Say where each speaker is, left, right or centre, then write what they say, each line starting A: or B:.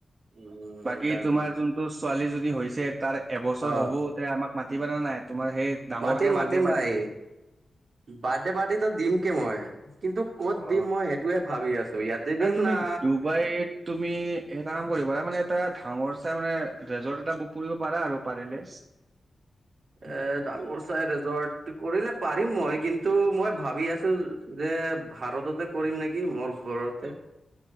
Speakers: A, on the right (about 75°); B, on the right (about 45°).
A: উম।
B: বাকী
A: সেইকাৰণে
B: তোমাৰ যোনটো ছোৱালীজনী হৈছে, তাৰ এবছৰ
A: অ',
B: হ'ব। তে আমাক মাতিবা নে, নাই? তোমাৰ সেই ডাঙৰকে
A: মাতিম মাতিম
B: বাৰ্থডে পাৰ্টি
A: ভাই, বাৰ্থডে পাৰ্টিটো দিম কে মই। কিন্তু, ক'ত
B: অ
A: দিম মই সেইটোয়ে ভাবি আছো, ইয়াতে
B: মানে
A: দিম
B: তুমি
A: না
B: ডুবাইত তুমি এটা কাম কৰিব পাৰা, মানে এটা ডাঙৰ চাই মানে ৰেজৰ্ট এটা বুক কৰিব পাৰা আৰু পাৰিলে।
A: এ ডাঙৰ চাই ৰিজৰ্ট, কৰিলে পাৰিম মই, কিন্তু মই ভাবি আছো যে, ভাৰততে কৰিম নেকি, মোৰ ঘৰতে।